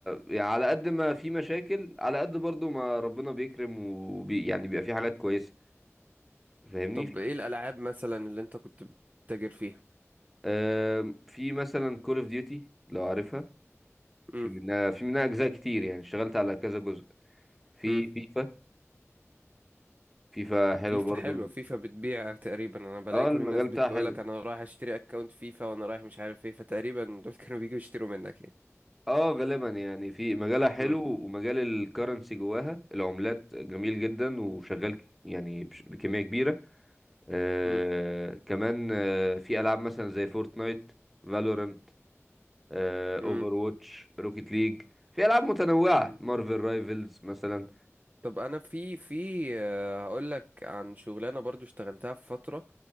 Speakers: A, in the centre; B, on the right.
A: يعني على قد ما في مشاكل على قد برضو ما ربنا بيكرم وبي يعني بيبقى في حاجات كويسة فاهمني
B: طب
A: في
B: ايه الألعاب مثلا اللي انت كنت بتتاجر فيها
A: آه، في مثلا كول اوف ديوتي لو عارفها
B: مم،
A: في منها في منها اجزاء كتير يعني اشتغلت على كذا جزء في
B: مم.
A: فيفا فيفا حلو
B: فيفا
A: برضو
B: حلوة
A: الم-
B: فيفا بتبيع تقريبا انا بلاقي
A: اه
B: كل
A: المجال
B: الناس بتقول
A: بتاعها حلو
B: لك انا رايح اشتري اكونت فيفا وانا رايح مش عارف ايه فتقريبا دول <laughs> كانوا بيجوا يشتروا منك يعني
A: اه غالبا يعني في مجالها حلو
B: مم.
A: ومجال الكرنسي جواها العملات جميل جدا وشغال ك- يعني بش- بكمية كبيرة آه
B: مم.
A: كمان آه في ألعاب مثلا زي فورتنايت فالورانت آه
B: مم.
A: اوفر واتش روكيت ليج في ألعاب متنوعة
B: مم.
A: مارفل رايفلز مثلا
B: طب انا في في آه، هقول لك عن شغلانة برضو اشتغلتها في فترة